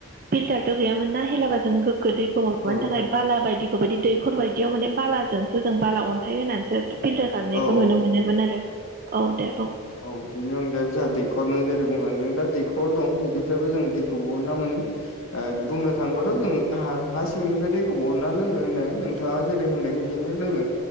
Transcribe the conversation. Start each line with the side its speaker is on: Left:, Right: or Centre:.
Right: फिल्टारथ' गैयामोन ना हेलाबा जों गोगो दैखौ माबानो
Left: औ
Right: थाखाय बाला बायदिखौ बायदि दैखर बायदियाव माने बालाजोंसो जों बाला अन्थाइ होनानैसो फिल्टार खालामनायखौ
Left: औ
Right: नुनो मोनोमोन आरो औ दे बुं
Left: औ बिनि अनगायै जोंहा दैखर नों जेरै बुंलांदों दा दैखर दं बेनिफ्रायबो जों दैखौ बहनना मोनो ओ बुंनो थाङोबाथ' जों हा सिंनिफ्राय दैखौ बहनना लोङो होनो नों थाङा जेरै होनदों बिदिनो लोङो